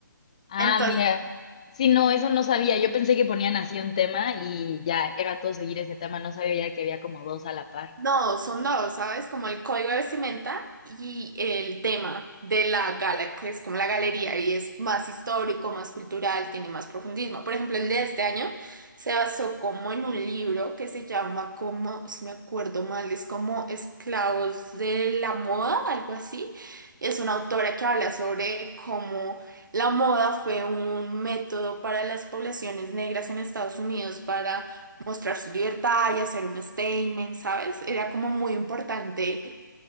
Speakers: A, on the left; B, on the right.
A: Ah,
B: entonces
A: mira. Sí, no, eso no sabía. Yo pensé que ponían así un tema y ya era todo seguir ese tema. No sabía ya que había como dos a la par.
B: No, son dos, ¿sabes? Como el código de vestimenta y el tema de la gala, que es como la galería y es más histórico, más cultural, tiene más profundismo. Por ejemplo, el de este año se basó como en un libro que se llama como, si me acuerdo mal, es como Esclavos de la Moda, algo así. Es una autora que habla sobre cómo la moda fue un método para las poblaciones negras en Estados Unidos para mostrar su libertad y hacer un statement, ¿sabes? Era como muy importante